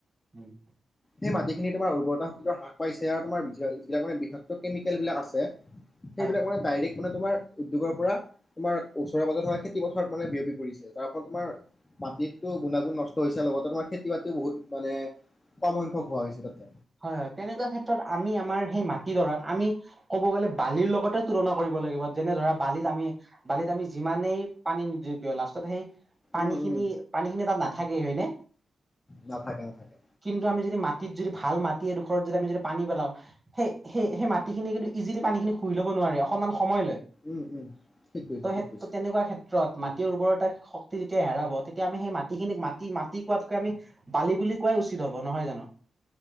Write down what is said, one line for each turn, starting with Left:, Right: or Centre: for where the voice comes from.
Right: উম্।
Left: সেই মাটিখিনি তোমাৰ উৰ্বৰতা হ্ৰাস পাইছে, আৰু তোমাৰ যিবিলাক মানে বিষাক্ত কেমিকেল বিলাক আছে। সেইবিলাক
Right: হয়
Left: মানে, ডাইৰেক্ট মানে তোমাৰ উদ্যোগৰ পৰা তোমাৰ ওচৰে-পাজৰে থকা খেতি-পথাৰত মানে বিয়পি পৰিছে, যাৰফলত তোমাৰ মাটিত গুণাগুণ নষ্ট হৈছে, লগতে তোমাৰ খেতি-বাতিও বহুত মানে ক'ম সংখ্যক হোৱা হৈছে তাতে।
Right: হয় হয়, তেনেকুৱা ক্ষেত্ৰত আমি আমাৰ সেই মাটিদৰাক আমি ক'ব গ'লে বালিৰ লগতে তুলনা কৰিব লাগিব, যেনে ধৰা বালিত আমি বালিত আমি যিমানে পানী নিদিওঁ কিয়, লাষ্টত সেই পানীখিনি,
Left: উম উম
Right: পানীখিনি তাত নাথাকে, হয়নে!
Left: নাথাকে নাথাকে।
Right: কিন্তু আমি যদি, মাটিত যদি ভাল মাটি এডোখৰত যদি আমি যদি পানী পেলাওঁ সেই, সেই সেই মাটিখিনি কিন্তু ইজিলি পানীখিনি শুহি ল'ব নোৱাৰে, অকণমান সময় লয়।
Left: উম উম ঠিক কৈছা
Right: ত' সেই
Left: ঠিক কৈছা
Right: তেনেকুৱা ক্ষেত্ৰ ৰ'দ, মাটিৰ উৰ্বৰতা শক্তি যেতিয়া হেৰাব, তেতিয়া আমি সেই মাটিখিনিক মাটি, মাটি কোৱাতকে আমি বালি বুলি কোৱায় উচিত হ'ব, নহয় জানোঁ।